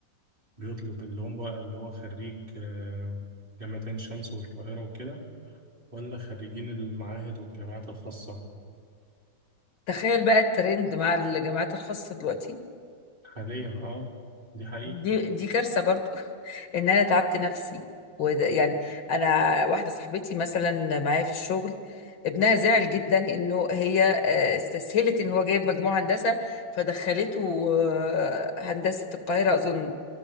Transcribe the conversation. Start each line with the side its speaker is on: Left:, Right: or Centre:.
Right: بيطلب اللي هم بقى اللي هو خريج آه، جامعة عين شمس والقاهرة وكده ولا خريجين المعاهد والجامعات الخاصة
Left: تخيل بقى الترند مع الجامعات الخاصة دلوقتي
Right: حاليا اه دي حقيقة
Left: دي دي كارثة برضو <laughs> ان انا تعبت نفسي وده يعني انا واحدة صاحبتي مثلا معايا في الشغل ابنها زعل جدا انه هي آه، استسهلت ان هو جايب مجموع هندسة فدخلته آه، هندسة القاهرة اظن